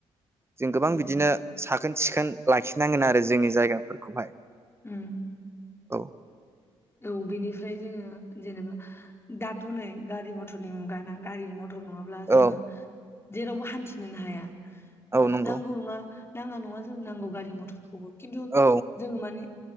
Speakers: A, on the right; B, on the left.
A: जों गोबां
B: औ
A: बिदिनो साखोन सिखोन लाखिनांगोन आरो जोंनि जायगाफोरखौहाय।
B: उम।
A: औ
B: औ बेनिफ्राय जोङो जेनेबा दाथ' नै गारि मथरनि मुगा ना गारि मथ टर नङाब्ला जोङो
A: औ
B: जेरावबो हान्थिनोनो हाया।
A: औ
B: ओ
A: नंगौ
B: दांगुरङा नाङा नङा जों नांगौ गारि मथरखौबो। खिन्थु
A: औ
B: जोंङो माने